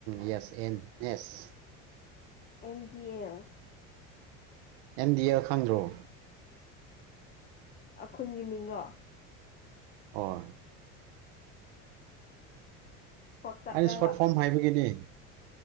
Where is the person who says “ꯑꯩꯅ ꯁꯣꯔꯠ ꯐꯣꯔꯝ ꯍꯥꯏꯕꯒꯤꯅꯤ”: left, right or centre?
Right